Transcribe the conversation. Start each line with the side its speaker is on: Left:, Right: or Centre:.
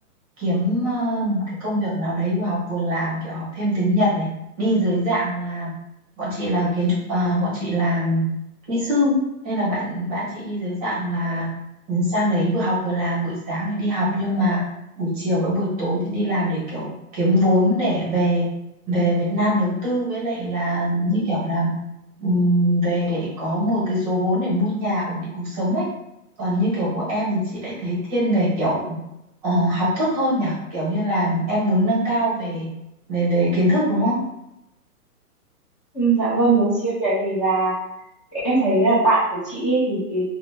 Right: kiếm ờ, một cái công việc nào đấy vừa học vừa làm, kiểu học thêm tiếng Nhật này. Đi dưới dạng là bọn chị là kiến trúc, ờ, bọn chị làm kỹ sư nên là bạn bạn chị đi dưới dạng là ừ, sang đấy vừa học vừa làm buổi sáng thì đi học nhưng mà buổi chiều với buổi tối thì đi làm để kiểu kiếm vốn để về về Việt Nam đầu tư với lại là như kiểu là ừm, về để có một cái số vốn để mua nhà ổn định cuộc sống ấy còn như kiểu của em thì chị lại thấy thiên về kiểu ờ, học thức hơn nhỉ kiểu như là em muốn nâng cao về về về kiến thức đúng không
Left: Ừ, dạ vâng đúng chị ạ, tại vì là em thấy là bạn của chị ấy thì cái